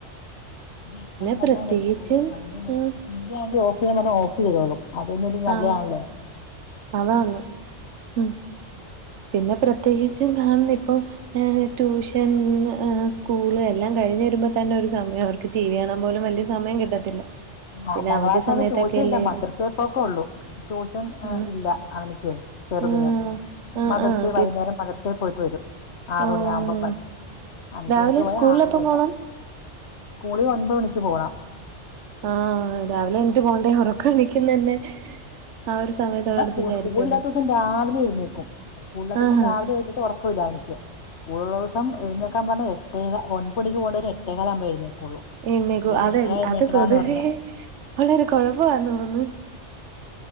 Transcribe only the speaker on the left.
വെക്കാൻ പറഞ്ഞാ
വെച്ചോളും അതുകൊണ്ട് തന്നെ
ടി. വി ആണെങ്കി ഓഫ് ചെയ്യാൻ പറഞ്ഞ ഓഫ് ചെയ്തോളും അതൊരു നല്ലയാണല്ലോ
നാലാം
ക്ലാസ്
വരെട്യൂഷൻ
ഇല്ല മദ്രസ
പോ ക്കേ ഉള്ളൂ ട്യൂഷൻ
ഇല്ല അവനക്ക് ചെറുതിന്
മദർസ
ഉള്ളു
വൈകുന്നേരം മദർസയിൽ യിൽ പോയിട്ട് വരും ആറ്
മണി ആകുമ്പോ വരും അഞ്ച്
മണിക്ക് പോയാ
ആറരാ
വരെ
സ്കളിൽ ഒൻബത് മണിക്ക് പോണം
എന്നാ സ്കൂള് സ്കൂൾഇല്ലാത്ത ദിവസം രാവിലെ എഴുന്നേക്കും സ്കൂളില്ലാത്ത ദിവസം
രാവിലെ എണീറ്റട്ട് ഉറകമില്ല അവന്ക്ക് സ്കൂളള്ള ദിവസം എഴുന്നേക്കാ പറഞ്ഞ എട്ടേക ഒൻപണി പോണ്ടെന് എട്ടേകാല് ആകുമ്പോ എഴുന്നേക്കുള്ളൂ
എഴുന്നേക്കടാ
എഴുന്നേക്കടാന്ന്
പറഞ്ഞ